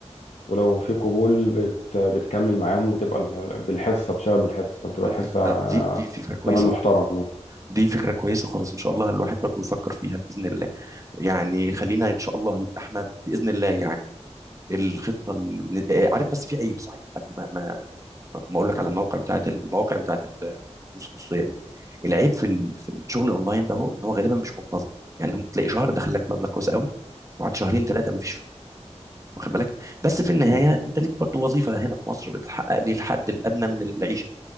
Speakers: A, on the left; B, on the right.
A: ولو في قبول بت... بتكمل معاهم وبتبقى ال- بالحصه بتشتغل بالحصه بتبقى
B: دي
A: الحصه آه،
B: آه، دي دي فكره كويسه
A: تمن محترم
B: خالص
A: يعني
B: دي فكره كويسه خالص ان شاء الله الواحد برضو يفكر فيها باذن الله يعني خلينا ان شاء الله يبقى احنا باذن الله يعني الخطه اللي... بن- آه، عارف بس في عيب صحيح قبل ما ما ما اقول لك على الموقع بتاعت المواقع بتاعت ال- الدروس الخصوصيه دي العيب في ال... في الشغل اونلاين ده هو ان هو غالبا مش منتظم يعني انت ممكن تلاقي شهر دخل لك مبلغ كويس قوي وبعد شهرين ثلاثه ما فيش واخد بالك بس في النهايه
A: فعلا.
B: انت ليك برضو وظيفه هنا في مصر بتحقق لي الحد الادنى من العيشه